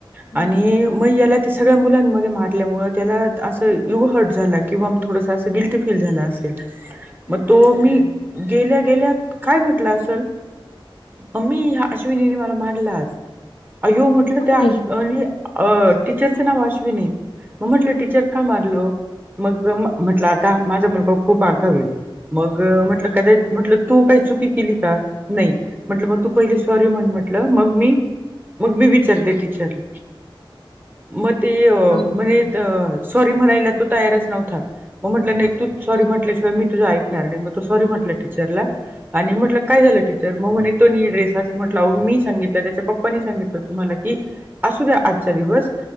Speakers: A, on the right; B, on the left.
A: आणि
B: हा
A: म याला
B: हा
A: त्या मुलांमध्ये मारल्यामुळे त्याला असं इगो हर्ट झाला किंवा मग थोडसं गिल्ट टी फील झालं असेल म तो
B: केलं होतं
A: मी
B: मुलांनी.
A: गेल्या गेल्या काय म्हटला असेल मम्मी ह्या अश्विनीने मला मारलं आज अइयो म्हटलं
B: बापरे!
A: त्या अले अ टीचरचा नाव अश्विनी मग म्हटलं टीचर का मारलं मग म म्हटलं आ का माझा मुलगा खूप आगाव आहे मग म्हटलं
B: हा
A: <unintelligible> म्हटलं तू काही चुकी केली का नाही म्हटलं
B: हा.
A: मग तू पहिली सॉरी म्हण म्हटलं मग मी मग मी विचारते टीचरला. म ती अ
B: हो हो
A: म्हणे
B: हो.
A: तर सॉरी म्हणायला तो तयारच नव्हता म म्हटलं नाही तूच सॉरी
B: हम्म.
A: म्हटल्याशिवाय मी तुझं ऐकणार नाही म तो सॉरी म्हटला टीचरला आणि म्हटलं काय झालं टीचर मग म्हणे तो नी ड्रेस असं म्हटलं हो मी सांगितलं त्याच्या पप पाने हे सांगितलं तुम्हाला की असू द्या
B: हम्म.
A: आजच्या दिवस